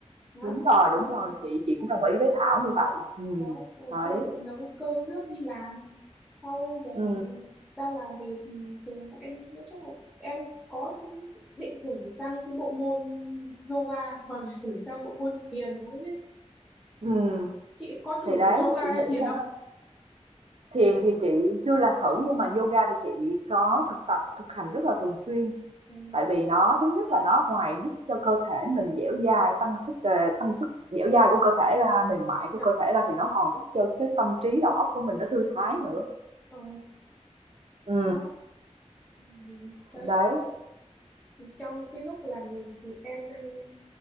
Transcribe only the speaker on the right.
đúng rồi
đúng rồi chị chị cũng đồng ý với Thảo như vậy ừ
đấy
ừ
ừ
thì đấy
chị
nghĩ
là
thiền thì chị chưa là thử nhưng mà yoga thì chị có thực tập thực hành rất là thường xuyên
Tại vì nó thứ nhất là nó ngoài giúp cho cơ thể mình dẻo dai, tăng sức, ờ, tăng sức dẻo dai của cơ thể ra, mềm mại
của cơ thể ra thì nó còn giúp cho cái tâm trí đầu óc của mình nó thư thái nữa.
ừ
đấy.